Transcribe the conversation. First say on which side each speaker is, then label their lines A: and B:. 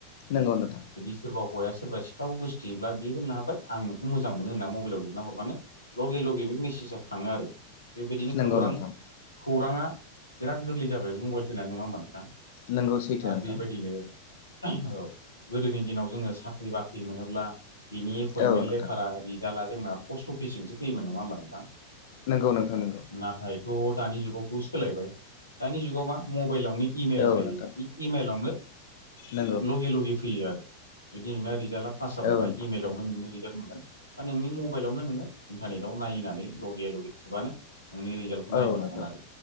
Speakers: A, on the left (about 50°); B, on the left (about 80°).
A: नोंगौ नोंथां।
B: जुदि सोरबा हौवाया सोरबा सिख्लाखौ गोसथोयोब्ला बे होननो हाबाय आं नोंखौ मोजां मोनो होनना मबाइलाव हरबानो लगे लगे बे मेसेजआ थाङो आरो बेबायदिनो
A: नंगौ
B: खौरां
A: नोंथां
B: खौराङा बिराद गोरलै जाबाय मबाइल फैना नङा होमबा नोंथां
A: नंगौ सैथो
B: आरो
A: नोंथां
B: बेबायदिनो औ गोदोनि दिनाव जोङो साख्रि-बाख्रि मोनोब्ला बिनि एपइन्टमेन्ट
A: औ नोंथां
B: लेटार रिजाल्टआ जोंना पस्ट अफिसजोंसो फैयोमोन नङा होमबा नोंथां?
A: नंगौ नोंथां नंगौ
B: नाथाय थ' दानि जुगावथ' सोलायबाय दानि जुगाव मा मबाइलावनो इमेल
A: औ
B: थायो।
A: नोंथां
B: इमाइलावनो
A: नंगौ
B: लगे लगे फैयो आरो। जुदि नोंना रिजाल्टआ पास
A: औ
B: जाबायबा
A: नोंथां
B: इमेलावनो नों मोनगोन बा नोंनि मबाइलावनो नोङो इन्टारनेट आव नाय नानै लगे लगे थुबानो नोंनि रिजाल्टखौ
A: औ
B: नायनो
A: नोंथां
B: हागोन आरो